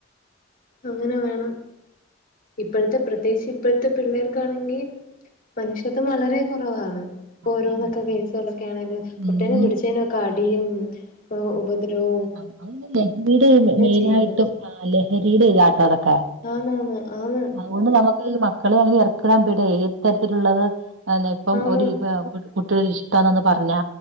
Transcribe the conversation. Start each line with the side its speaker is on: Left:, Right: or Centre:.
Left: അങ്ങനെ വേണം ഇപ്പോഴത്തെ പ്രത്യേകിച്ച് ഇപ്പോഴത്തെ പിള്ളേർക്കാണെങ്കി മനുഷ്യത്വം വളരെ കുറവാണ് ഇപ്പ
Right: അത്
Left: ഓരോന്നൊക്കെ
Right: തന്നെ
Left: കേസുകളൊക്കെ ആണേലും തൊട്ടേനും
Right: ഉം
Left: പിടിച്ചേനും ഒക്കെ അടിയും ഉപദ്രവോം
Right: <inaudible> ലഹരിയുടെ മെയിനായിട്ടും
Left: ചെയ്യുന്ന്
Right: ആഹ് ലഹരിയുടെ ഇതാട്ടോ അതൊക്കെ
Left: ആന്നാന്ന് ആന്ന്
Right: അതുകൊണ്ട് നമുക്ക് ഈ മക്കളെ അങ്ങനെ ഇറക്കിവിടാൻ പേടിയാ ഏത് തരത്തിലുള്ളത് അതെന്ന ഇപ്പം
Left: ആന്ന്
Right: ഒരു <unintelligible> കുട്ടിയോടൊരു ഇഷ്ടാന്നൊന്ന് പറഞ്ഞാ